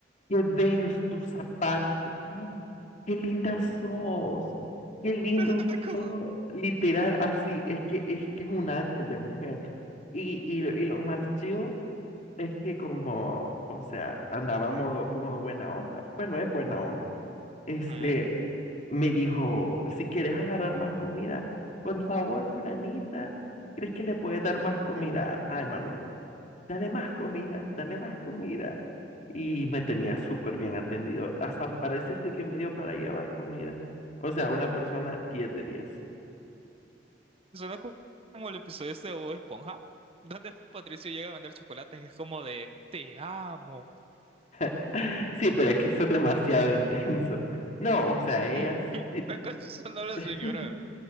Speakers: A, on the left (about 45°); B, on the right (about 35°).
A: qué bellos tus zapatos, mm, qué linda sos, qué lindo
B: <laughs>
A: sos. Literal, así es que es que es un ángel de mujer. Y, y, lo- y lo más chido es que como, o sea, andaba modo, modo buena onda. Bueno, es buena onda. Este,
B: Ujú.
A: me dijo, si quieres agarrar más comida, por favor, fulanita, ¿crees que le puedes dar más comida a Emanuel? Dale más comida, dale más comida. Y me tenía súper bien atendido, hasta para decirte que me dio para llevar comida. O sea, una persona 10 de 10.
B: Suena co- como el episodio este de Bob Esponja, donde Patricio llega a vender chocolates y es como de, te amo.
A: <laughs> Sí, pero es que eso es demasiado <laughs> intenso. No, o sea, ella...
B: <laughs>
A: sí-
B: ¿Acaso sonó la
A: <laughs>
B: señora?